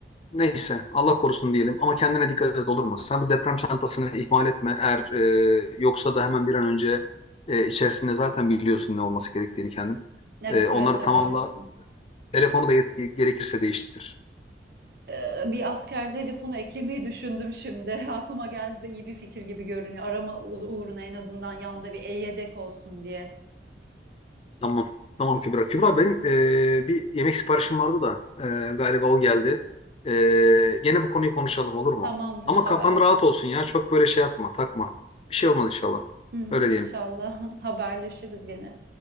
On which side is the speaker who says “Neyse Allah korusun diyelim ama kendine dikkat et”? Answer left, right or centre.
Left